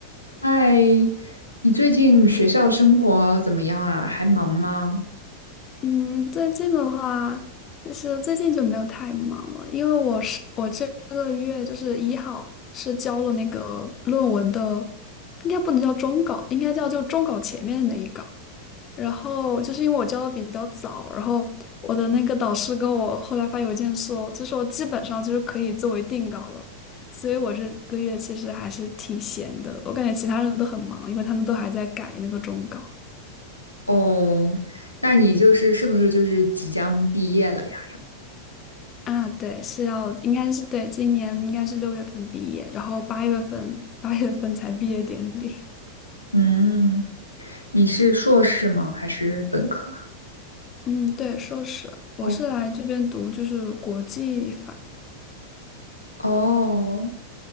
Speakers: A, on the left (about 85°); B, on the left (about 30°).
A: 嗨，你最近学校生活怎么样啊？还忙吗？
B: 嗯，最近的话，就是最近就没有太忙了，因为我是我这个月就是一号是交了那个论文的，应该不能叫终稿，应该叫就终稿前面的那一稿。然后就是因为我交的比较早，然后我的那个导师跟我后来发邮件说，就说基本上就是可以作为定稿了，所以我这个月其实还是挺闲的。我感觉其他人都很忙，因为他们都还在改那个终稿。
A: 哦，那你就是是不是就是即将毕业了呀？
B: 啊，对，是要，应该是对，今年应该是六月份毕业，然后八月份八月份才毕业典礼。
A: 嗯，你是硕士吗？还是本科啊？
B: 嗯，对，硕士，我是来这边读就是国际法。
A: 哦，哦，